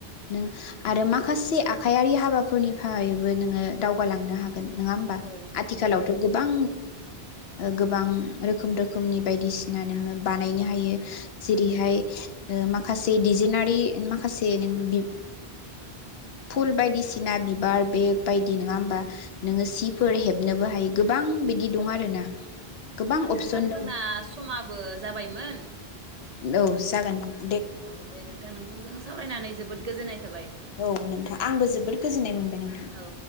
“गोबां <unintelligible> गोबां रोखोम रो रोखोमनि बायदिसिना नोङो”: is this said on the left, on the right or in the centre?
Left